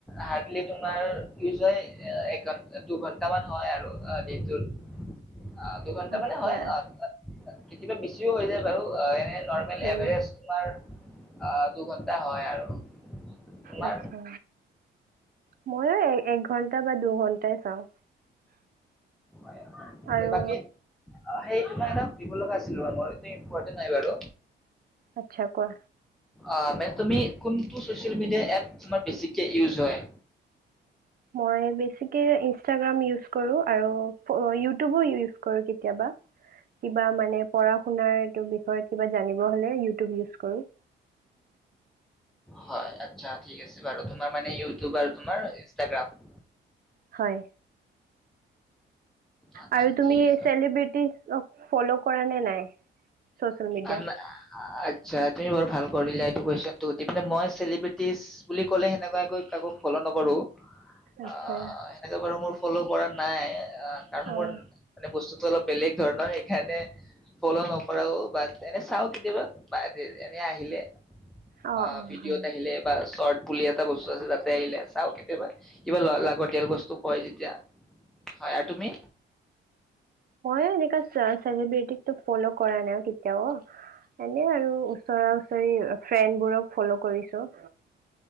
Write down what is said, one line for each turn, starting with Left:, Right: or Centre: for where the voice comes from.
Centre: হাৰ্ডলি তোমাৰ ইউজ হয় এক ঘন, দুঘন্টামান হয় আৰু দিনটোত। অ' দুঘণ্টা
Right: আচ্ছা
Centre: মানে হয়, অ' অ' কেতিয়াবা বেছিও হৈ যায় বাৰু, অ' এনে নৰ্মেল
Right: উম
Centre: এভাৰেষ্ট তোমাৰ আ দুঘণ্টা হয় আৰু। তোমাৰ
Right: আত্ছা। ময়ো এ এক ঘন্টা বা দুঘন্টাই চাওঁ।
Centre: হয়-হয়,
Right: আৰু
Centre: বাকী সেই তোমাক এটা সুধিব লগা আছিল। লোৱা মই শোত নাই বাৰু।
Right: আচ্ছা, কোৱা।
Centre: অ মে তুমি, কোনটো ছচিয়েল মেডিয়া এপ তোমাৰ বেছিকে ইউজ হয়?
Right: মই বেছিকে ইনষ্টাগ্ৰাম ইউজ কৰোঁ আৰু ইউটিউবো ইউজ কৰোঁ কেতিয়াবা, কিবা মানে পঢ়া-শুনাৰ এইটো বিষয়ত কিবা জানিব হ'লে ইউটিউব ইউজ কৰোঁ।
Centre: হয়, আচ্ছা ঠিক আছে বাৰু তুম তোমাৰ মানে ইউটিউব আৰু তোমাৰ ইনষ্টাগ্ৰাম।
Right: হয়।
Centre: আচ্ছা
Right: আৰু তুমি
Centre: ঠিক আছে
Right: চেলিব্ৰিটি <unintelligible> ফল' কৰা নে নাই, চচিয়েল মিডিয়া?
Centre: আন- আচ্ছা তুমি বৰ ভাল কৰিলা এইটো কুৱেশ্চনটো সুধি পিনে। মই চেলিব্ৰিটিজ বুলি ক'লে, সেনেকুৱাকৈ কাকো ফ'ল' নকৰোঁ।
Right: আচ্ছা
Centre: অ' এনেকে বাৰু মোৰ। ফ'ল' কৰা নাই। অ', কাৰণ
Right: অঁ
Centre: মোৰ বস্তুটো অলপ বেলেগ। ধৰণৰ সেইকাৰণে ফল' নকৰাও বাট, এনে চাও কেতিয়াবা, বাট। এনে আহিলে
Right: অঁ
Centre: বা
Right: অঁ
Centre: ভিডিঅ'ত
Right: হয়
Centre: আহিলে বা শৰ্ট। পুলি এটা বস্তু আছে, তাতে আহিলে চাওঁ কেতিয়াবা, কিবা লাগতিয়াল বস্তু হয় যেতিয়া, হয় আৰু তুমি?
Right: এনেকা চেলেব্ৰটিক টো ফ'ল কৰা নাই কেতিয়াও, এনে আৰু উচৰা উচৰি ফ্ৰেণ্ডবোৰক ফ'ল কৰিছ। <inaudible>